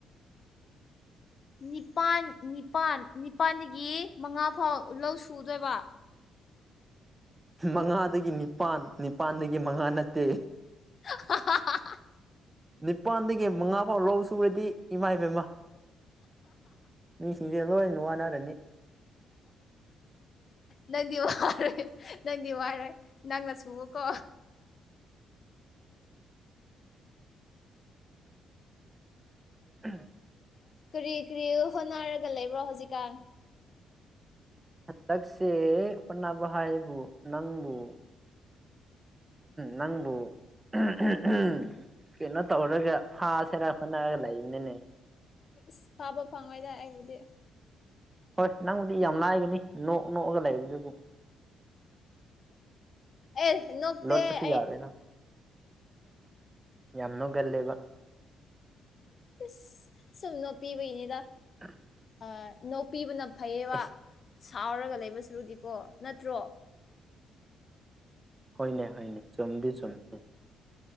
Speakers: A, on the left (about 45°); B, on the right (about 20°).
A: <inaudible> ꯅꯤꯄꯥꯜ ꯅꯤꯄꯥꯜ ꯅꯤꯄꯥꯜꯗꯒꯤ ꯃꯉꯥ ꯐꯥꯎ ꯂꯧ ꯁꯨꯗꯣꯏꯕ
B: ꯃꯉꯥꯗꯒꯤ ꯅꯤꯄꯥꯜ ꯅꯤꯄꯥꯜꯗꯒꯤ ꯃꯉꯥ ꯅꯠꯇꯦ
A: <inaudible>
B: ꯅꯤꯄꯥꯜꯗꯒꯤ ꯃꯉꯥꯐꯥꯎ ꯂꯧ ꯁꯨꯔꯗꯤ ꯏꯃꯥ ꯏꯕꯦꯝꯃ ꯃꯤ ꯁꯤꯗꯒ ꯅꯨꯅꯨꯡꯋꯥꯅꯥꯔꯅꯤ
A: ꯅꯗꯤ ꯋꯥ ꯅꯪꯗꯤ ꯋꯥꯏꯔꯣꯏ ꯅꯪꯅ ꯁꯨꯎꯀꯣ
B: <inaudible>
A: ꯀꯔꯤ ꯀꯔꯤ ꯍꯣꯠꯅꯔꯒ ꯂꯩꯕ꯭ꯔꯣ ꯍꯧꯖꯤꯛꯀꯥꯟ
B: ꯍꯟꯇꯛꯁꯦ ꯍꯣꯠꯅꯕ ꯍꯥꯏ ꯍꯥꯏꯕꯨ ꯅꯪꯕꯨ ꯅꯪꯕꯨ ꯎꯝ ꯀꯩꯅꯣ ꯇꯧꯔꯒ ꯐꯁꯦꯅ ꯍꯣꯠꯅꯔꯒ ꯂꯩꯕꯅꯤꯅꯦ
A: ꯏꯁ ꯐꯥꯕ ꯐꯪꯉꯣꯏꯗ ꯑꯩꯕꯨꯗꯤ
B: ꯍꯣꯏ ꯅꯪꯕꯨꯗꯤ ꯌꯥꯝ ꯂꯥꯏꯒꯅꯤ ꯅꯣꯛ ꯅꯣꯛꯑꯒ ꯂꯩꯕꯗꯨꯕꯨ
A: ꯑꯦ ꯅꯣꯛꯇ
B: ꯂꯣꯠꯄꯁꯨ
A: ꯑꯩ
B: ꯌꯥꯔꯣꯏ ꯅꯪ ꯌꯥꯝ ꯂꯨꯒꯜꯂꯦꯕ
A: ꯏꯁ ꯁꯨꯝ ꯅꯣꯄꯤꯕꯩꯅꯤꯗ
B: <inaudible>
A: ꯑ ꯅꫭꯛꯄꯤꯕꯅ ꯐꯩꯌꯦꯕ
B: ꯑꯦ
A: ꯁꯥꯎꯔꯒ ꯂꯩꯕ ꯁꯨꯔꯨꯗꯤꯀꯣ ꯅꯠꯇ꯭ꯔꯣ
B: ꯍꯅꯦ ꯍꯅꯦ ꯆꯝꯗꯤ ꯆꯨꯝꯗꯤ